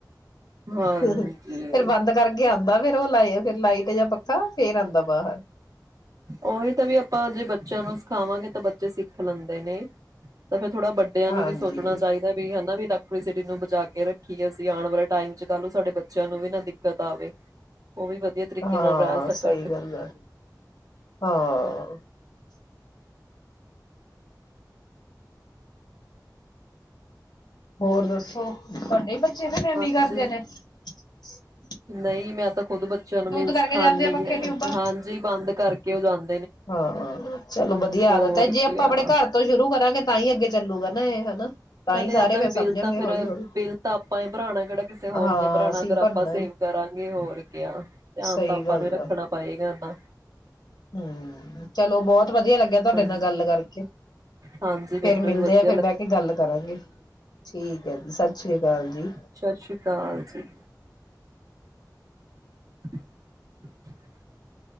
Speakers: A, on the right; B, on the left.
A: ਹਾਂਜੀ,
B: ਫੇਿਰ ਬੰਦ ਕਰਕੇ ਆਉਂਦਾ ਦਾ ਫਿਰ ਉਹ ਲ ਫ ਲਾਈਟ ਜਾਂ ਪੱਕਾ ਫੇਰ ਆਉਂਦਾ ਬਾਹਰ।
A: ਉਹੀ ਤਾਂ ਵੀ ਆਪਾਂ ਜੇ ਬੱਚਿਆਂ ਨੂੰ ਸਿਖਾਵਾਂਗੇ ਤਾਂ ਬੱਚੇ ਸਿੱਖ ਲੈਂਦੇ ਨੇ ਤਾਂ ਫਿਰ ਥੋੜਾ ਵੱਡਿਆਂ
B: ਹਾਂਜੀ
A: ਨੂੰ ਵੀ ਸੋਚਣਾ ਚਾਹੀਦਾ ਵੀ ਹਨਾ ਵੀ। ਇਲੈਕਟ੍ਰੀਸਿਟੀ ਨੂੰ ਬਚਾ ਕੇ ਰੱਖੀ ਅਸੀਂ ਆਉਣ ਵਾਲੇ ਟਾਈਮ ਚ ਕ ਨੂੰ ਸਾਡੇ ਬੱਚਿਆਂ ਨੂੰ ਵੀ ਨਾ ਦਿੱਕਤ ਆਵੇ। ਉਹ ਵੀ ਵਧੀਆ ਤਰੀਕੇ
B: ਹਾਂ
A: ਨਾਲ ਰਹਿ ਸਕਣ
B: ਸਹੀ ਗੱਲ ਆ ਹਾਂ। ਹੋਰ ਦੱਸੋ ਤੁਹਾਡੇ ਹੀ ਬੱਚੇ ਫਿਰ ਐਮੀੀ
A: ਹਾਂਜੀ,
B: ਕਰਦੇ ਨੇ। ਹ <unintelligible>
A: ਨਹੀਂ ਮੈਂ ਤਾਂ ਖੁਦ ਬੱਚਿਆਂ ਨੂੰ ਵੀ ਸਿਖਾਉਦੀ
B: ਕਰਕੇ ਜਾਂਦੇ ਆ ਪੱਖੇ
A: ਹ
B: ਟਿਊਬਾਂ।
A: ਹਾਂਜੀ ਬੰਦ ਕਰਕੇ ਕਿਉਂਦਾਦਾ।
B: ਹਾਂ ਚਲੋ ਵਧੀਆ
A: ਹੋਰ
B: ਆਦਾਤ ਤੇ ਜੇ
A: ਕਿਆ
B: ਆਪਾਂ ਆਪਣੇ ਘਰ ਤੋਂ ਸ਼ੁਰੂ ਕਰਾਂਗੇ ਤਾਂ ਹੀ ਅੱਗੇ ਚੱਲੂਗਾ। ਨਾ ਇਹ ਹਨਾ। ਤਾਂ ਹੀ
A: ਇਏਦਾਂ
B: ਸਾਰੇ ਫਿਰ
A: ਵੀ
B: ਸਮਝਣਗੇ
A: ਬਿੱਲ ਤਾਂ ਫਿਰ
B: ਹੌਲੀ ਹੌਲੀ
A: ਬਿੱਲ ਤਾਂ ਆਪਾਂ ਹੀ ਭਰਾਣਾ ਕਿਹੜਾ ਕਿਸੇ ਹੋਰ
B: ਹਾਂ
A: ਨੇ ਭਰਾਣਾ
B: ਅਸੀਂ
A: ਅਗਰ
B: ਭਰਨਾ
A: ਆਪਾਂ ਸੇਵ ਕਰਾਂਗੇ। ਹੋਰ ਕ ਧਿਆਨ
B: ਸਹੀ
A: ਤਾਂ ਆਪਾਂ
B: ਗੱਲ
A: ਨੂੰ ਰੱਖਣਾ
B: ਆ।
A: ਪਏਗਾ ਇਨਾ।
B: ਹਮ ਚਲੋ ਬਹੁਤ ਵਧੀਆ ਲੱਗਿਆ ਤੁਹਾਡੇ
A: ਹਾਂ
B: ਨਾਲ ਗੱਲ ਕਰਕੇ। ਫੇਰ
A: ਹਾਂਜੀ ਮੈਨੂੰ
B: ਮਿਲਦੇ
A: ਵੀ ਵਧੀਆ
B: ਆ ਫੇਰ
A: ਲੱਗ
B: ਬਹਿ ਕੇ ਗੱਲ ਕਰਾਂਗੇ। ਠੀਕ ਹੈ। ਜੀ ਸਤਿ ਸ੍ਰੀ ਅਕਾਲ ਜੀ।
A: ਸ਼੍ਰੀ ਅਕਾਲ ਜੀ। <inaudible>